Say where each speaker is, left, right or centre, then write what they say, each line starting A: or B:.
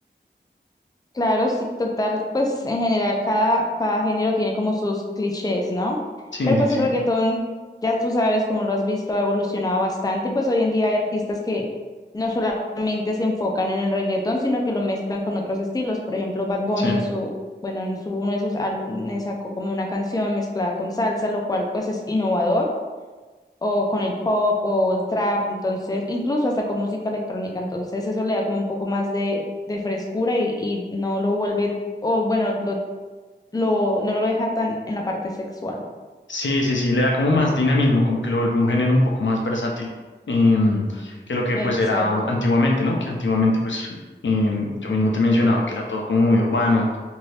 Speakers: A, on the left; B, on the left.
A: Claro, sí, total, pues en general cada, cada género tiene como sus clichés, ¿no?
B: Sí,
A: Pero pues
B: sí, sí,
A: el reggaetón, ya tú sabes, como lo has visto, ha evolucionado bastante y pues hoy en día hay artistas que no solamente se enfocan en el reggaetón, sino que lo mezclan con otros estilos. Por ejemplo, Bad Bunny
B: sí.
A: en su, bueno, en su, uno de sus álbumes sacó como una canción mezclada con salsa, lo cual pues es innovador o con el pop o el trap, entonces, incluso hasta con música electrónica, entonces eso le da como un poco más de, de frescura y, y no lo vuelve, o bueno, lo, lo, no lo deja tan en la parte sexual.
B: Sí, sí, sí, le da como más dinamismo, como que lo vuelve un género un poco más versátil em, que lo que
A: Exacto.
B: pues era antiguamente, ¿no? Que antiguamente pues em, yo mismo te mencionaba que era todo como muy urbano,